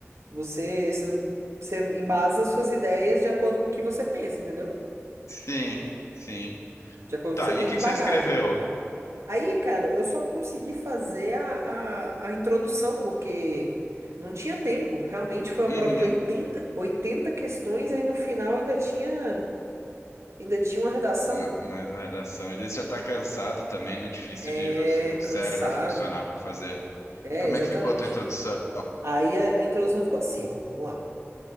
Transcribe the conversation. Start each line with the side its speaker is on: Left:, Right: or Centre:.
Right: você você você embasa suas ideias de acordo com o que você pensa, entendeu?
Left: Sim, sim.
Right: De acordo
Left: Tá,
Right: com o que você tem
Left: e o que
Right: de
Left: que
Right: bagagem.
Left: você escreveu?
Right: Aí, cara, eu só consegui fazer a, a, a introdução, porque não tinha tempo. Realmente foi uma
Left: Uhum.
Right: prova de 80 80 questões, aí no final ainda tinha, ainda tinha uma redação.
Left: Na, na redação. Ele já tá cansado também, né? Difícil
Right: É,
Left: de você- o
Right: cansado.
Left: cérebro funcionar pra fazer.
Right: É,
Left: E como
Right: exatamente.
Left: é que ficou a tua introdução?
Right: Aí a, a introdução ficou assim, ó. Vamos lá.